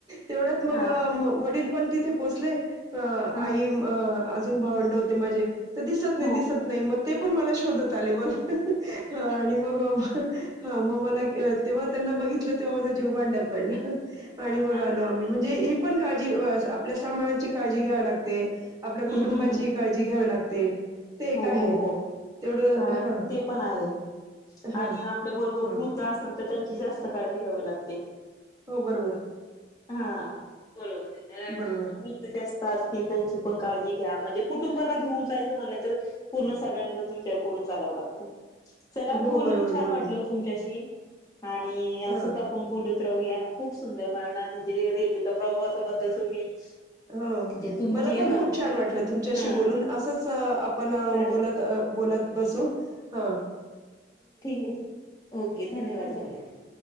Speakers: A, on the right; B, on the left.
A: तेवढ्यात मग
B: हा
A: वडील पण तिथे पोचले आई
B: हा
A: म. अजून भावंड होते माझे तर दिसत नाही
B: हो
A: दिसत नाही मग ते पण मला शोधत. ले बरोबर आणि मग. हा मग मला तेव्हा त्यांना बघितलं तेव्हा माझा जीव भांड्यात पडला. आणि
B: हा
A: मग
B: हा
A: आलो
B: हा
A: आम्ही म्हणजे ही पण काळजी व स आपल्या सामानाची काळजी घ्यावी लागते. आपल्या कुटुंबाची
B: हम्म हम्म हम्
A: काळजी घ्यावी लागते. ते एक
B: हो
A: आहे
B: हो हो.
A: तेवढं
B: हा
A: हां
B: ते पण आहे
A: हां
B: आणि आपल्या बरोबर
A: हां
B: वृद्ध असल. तर त्यांची जास्त काळजी घ्यावी लागते.
A: हो बरोबर
B: हा बरोबर आहे. नाहीतर
A: बरोबर.
B: वृद्ध जास्त असतील त्यांची पण काळजी घ्या. म्हणजे कुटुंबाला घेऊन जायचं म्हणलं तर पूर्ण सगळ्यांचाच विचार करून चालाव लागत. चला
A: हो
B: बोलून
A: बरोबर
B: छान
A: बरोबर
B: वाटल तुमच्याशी आणि असंच
A: हां.
B: आप आपण बोलत राहूया. खूप सुंदर मला ना म्हणजे रेल्वेच्या प्रवासाबद्दल तुम्ही
A: हो.
B: म्हणजे तुमची
A: मला पण
B: हा
A: खूप छान वाटलं.
B: हा
A: तुमच्याशी बोलून असंच आपण
B: चालेल
A: बोलत अ बोलत बसू हा.
B: ठीक आहे. ओके धन्यवाद
A: हो.
B: धन्यवाद.